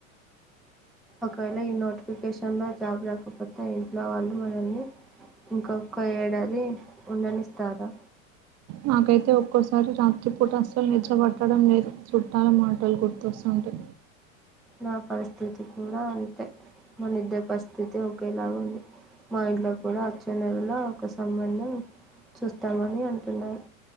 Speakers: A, in the centre; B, on the right.
A: ఒకవేళ ఈ నోటిఫికేషన్లో జాబ్ రాకపోతే ఇంట్లో వాళ్ళు మనల్ని ఇంకొక ఏడాది ఉండనిస్తారా
B: నాకైతే ఒక్కోసారి రాత్రిపూట అస్సలు నిద్ర పట్టడం లేదు చుట్టాల మాటలు గుర్తొస్తుంటే
A: నా పరిస్థితి కూడా అంతే మన ఇద్దరు పరిస్థితి ఒకేలాగా ఉంది మా ఇంట్లో కూడా అచ్చనలో ఒక సంబంధం చూస్తామని అంటున్నారు